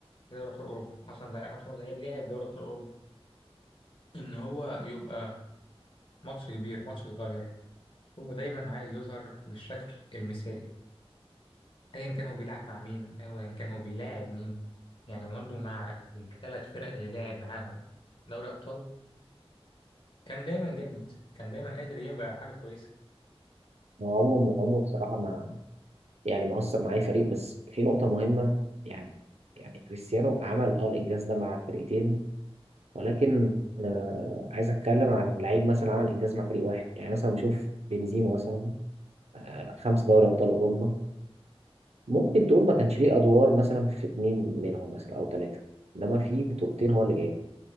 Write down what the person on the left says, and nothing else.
في دوري أبطال أوروبا أعظم لاعب أعظم لاعب لعب في دوري أبطال أوروبا إن هو يبقى ماتش كبير ماتش صغير هو دايما عايز يظهر بالشكل المثالي أيا كان هو بيلعب مع مين أيا كان هو بيلاعب مين يعني رونالدو مع الثلاث فرق اللي لعب معاهم دوري أبطال كان دايما جامد كان دايما قادر يبقى حاجة كويسة